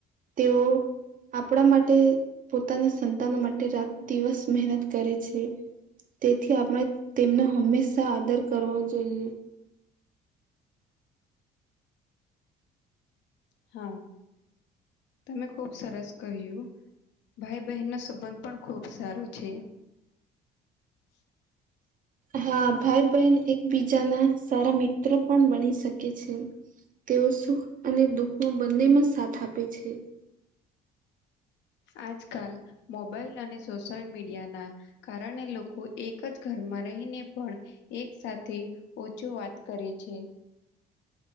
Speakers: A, on the right (about 45°); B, on the left (about 65°).
A: તેઓ આપણા માટે પોતાના સંતાનો માટે રાત દિવસ મહેનત કરે છે. તેથી આપણે તેમનો હંમેશા આદર કરવાવો જોઈએ.
B: હા. તમે ખુબ સરસ કહ્યું ભાઈ બહેન નો સંબંધ પણ ખુબ સારો છે. <inaudible>
A: હા ભાઈ બહેન એકબીજાના સારા મિત્ર પણ બની શકે છે. તેઓ સુખ અને દુઃખમાં બંનેમાં સાથ આપે છે.
B: આજકાલ મોબાઈલ અને સોશિલ મીડિયાના કારણે લોકો એક જ ઘરમાં રહીને પણ એક સાથે ઓછો વાત કરે છે.